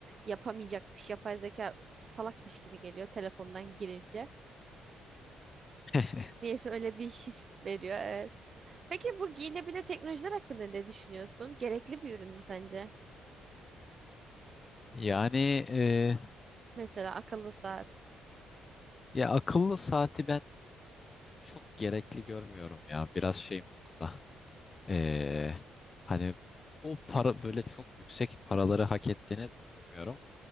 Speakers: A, on the right; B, on the left.
A: yapamayacakmış, yapay zeka salakmış gibi geliyor telefondan girince.
B: <laughs>
A: Niyeyse öyle bir his veriyor, evet. Peki bu giyilebilir teknolojiler hakkında ne düşünüyorsun? Gerekli bir ürün mü sence?
B: Yani e,
A: Mesela akıllı saat,
B: ya akıllı saati ben çok gerekli görmüyorum ya. Biraz şey bu konuda. E, hani o para böyle çok yüksek paraları hak ettiğini düşünmüyorum.